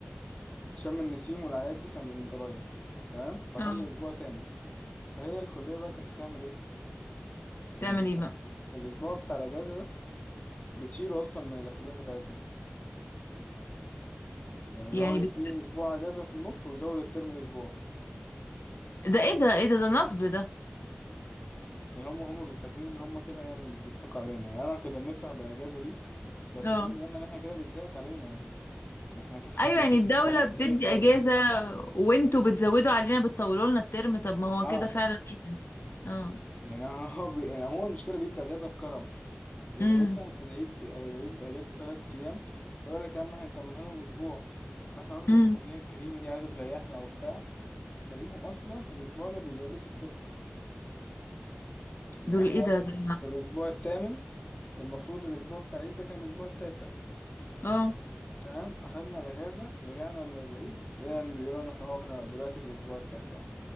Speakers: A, on the left; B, on the left.
A: شم النسيم والأعياد دي كان من قريب تمام فخدنا
B: اه
A: أسبوع تاني فهي الكلية بقى كانت بتعمل ايه؟ كان
B: تعمل
A: بيبقى
B: ايه بقى
A: الأسبوع بتاع الأجازة ده بتشيله أصلا من الأسابيع بتاعتنا يعني اللي
B: يعني
A: هو يديني
B: بت...
A: أسبوع أجازة في النص ويزود الترم أسبوع
B: ده ايه ده ايه ده ده نصب ده
A: يعني هم هم بيفكرين ان هم كده يعني مش بيضحكوا علينا يعني انا كنا بنفرح بالاجازه دي بس
B: اه
A: خدنا بالنا ان احنا كده بيضحك علينا يعني احنا كده <laughs>
B: ايوه
A: ما
B: يعني
A: بنستفادش
B: الدولة بتدي
A: اي حاجه
B: اجازة وانتوا بتزودوا علينا بتطولوا لنا الترم طب ما هو
A: اه
B: كده فعلا ايه ده اه
A: يعني <laughs> هو بي... يعني هو المشكله بيدوا اجازه بكرم يعني
B: امم
A: مثلا العيد العيد اجازه ثلاث ايام فيقول لك يا عم هنكملها لهم اسبوع فاحنا قلنا
B: امم
A: ايه الكليه الكريمه دي عايزه تريحنا وبتاع نلاقيهم اصلا الاسبوع ده بيزودوه في الترم يعني
B: دول
A: احنا
B: ايه ده
A: اصلا
B: دول
A: في الاسبوع الثامن المفروض الاسبوع بتاع العيد ده كان الاسبوع التاسع
B: اه
A: تمام اخدنا الاجازه رجعنا من العيد لقينا إن بيقولوا ان احنا هو احنا دلوقتي في الاسبوع التاسع